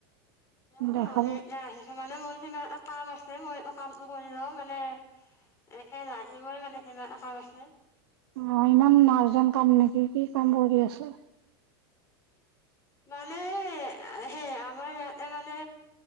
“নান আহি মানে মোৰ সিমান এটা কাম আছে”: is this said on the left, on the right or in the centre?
Left